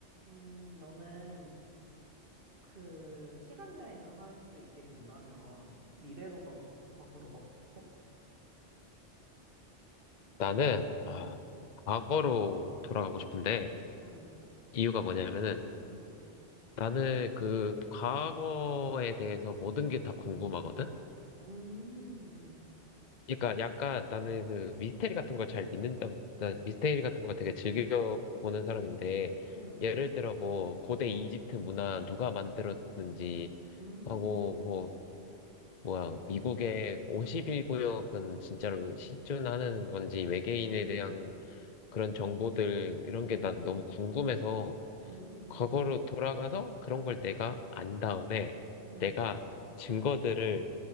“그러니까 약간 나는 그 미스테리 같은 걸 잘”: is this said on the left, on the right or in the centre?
Left